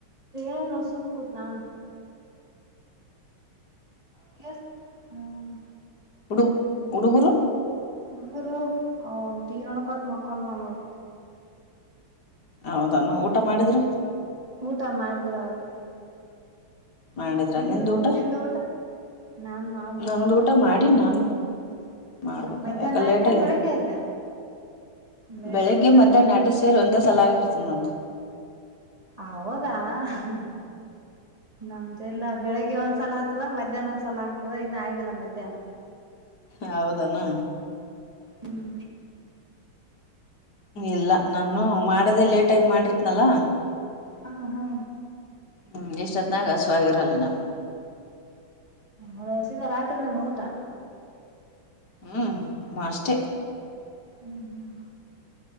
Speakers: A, on the right (about 15°); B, on the left (about 55°).
A: ಏನ ಸುಮ್ ಕುತ್ ನಾನ್ ಕೆಸ್ ಹ್ಮ್
B: ಹುಡುಗ್ ಹುಡುಗುರು
A: ಹುಡುಗೂರು ಅವ್ ಟಿವಿ ನೋಡೋಕೋತ್ ಮಕ್ಕೊಂಡವ್ ನೋಡ್
B: ಹೌದಾನ ಊಟ ಮಾಡಿದ್ರು
A: ಊಟ ಮಾಡಿದ್ರ ಅವ್ರು
B: ಮಾಡಿದ್ರ
A: ನಿಂದು
B: ನಿಂದ್ ಊಟ
A: ನಿಂದು ನಾನ್ ಮಾಡ್ಬೇಕವ
B: ನಂದ ಊಟ ಮಾಡಿನಿ ನಾನು ಮಾಡ್ಬೇಕಾ
A: ಮಧ್ಯಾಹ್ನ
B: ಯಾಕ ಲೇಟ್
A: ಆಯ್ತಾ
B: ಆಗ್ಯದ
A: ಬೆಳಿಗ್ಗೆ ಆಯ್ತಾ ಲೇಟ್
B: ಬೆಳಿಗ್ಗೆ
A: ಆಗೈತಿ
B: ಮಧ್ಯಾಹ್ನ ಯಾಡ್ ಸೇರಿ ಒಂದಾ ಸಲಾಗಿರ್ತದ ನಂದು
A: ಹೌದಾ ಹ್ ಹ್ ನಮ್ದೆಲ್ಲಾ ಬೆಳಿಗ್ಗೆ ಒಂದ್ಸಲ ಆತ್ ಆಗ್ತದ ಮಧ್ಯಾಹ್ನ ಒಂದ್ ಸಲಾ ಆಗ್ತದ ಇನ್ ಆಗಿಲ್ಲಾ ಮಧ್ಯಾಹ್ನ
B: ಹೌದಾನ
A: ಹ್ಮ್
B: ಇಲ್ಲಾ ನಾನು ಮಾಡದೇ ಲೇಟಾಗಿ ಮಾಡಿರ್ತ್ನಾಲಾ
A: ಹ್ಮ ಹಾ
B: ಹ್ಮ್ ಹಿಸ್ಟೊತ್ತನಾಗ್ ಹಸವ್ ಆಗಿರಲ್ ಹಿನಾ
A: ಅಂದುರ್ ಸೀದಾ ರಾತ್ರಿನೇ ನಿಂದ್ ಊಟಾ
B: ಹ್ಮ್ ಮಾಷ್ಟೆ
A: ಹ್ಮ್ ಹ್ಮ್